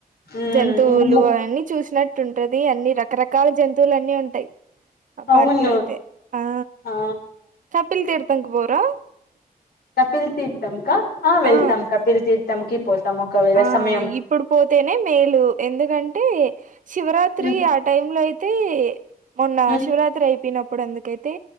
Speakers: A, on the left (about 85°); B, on the right (about 55°).
A: మ్మ్
B: జంతువులు
A: ఇంకా ము
B: అవన్నీ చూసినట్టు ఉంటది అన్ని రకరకాల జంతువు వుతువులు అన్నీ ఉంటాయి ఆ
A: అవును
B: పార్క్ లో అయితే ఆ
A: ఆ
B: కప్పల్ తీర్తనికి పోరా
A: కపిల్ తీర్తాం క వెళ్తాం
B: ఆ
A: క పిల్ తీర్తాం క కవేదమ
B: ఆ ఇప్పుడు పోతేనే మేలు ఎందుకంటే శివరాత్రి
A: మ్మ్
B: ఆ టై లో అయి అయితే మొన్న
A: మ్మ్
B: శివరాత్రి అయిపోయినప్పుడు ఎందుకైతే